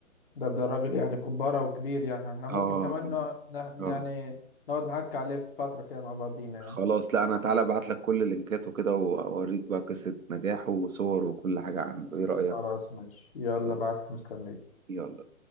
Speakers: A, on the left (about 45°); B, on the right (about 75°).
A: ده ده راجل يعني كبارة وكبير يعني احنا ممكن
B: اه اه
A: كمان نقعد- نح-
B: آه.
A: يعني نقعد نحكي عليه في فترة كده مع بعضينا
B: خلاص
A: يعني
B: لا انا تعالى ابعت لك كل اللينكات وكده واوريك بقى قصه نجاحه وصور وكل حاجه عنه ايه رايك
A: خلاص ماشي يلا
B: يلا
A: بعت مستنيك
B: يلا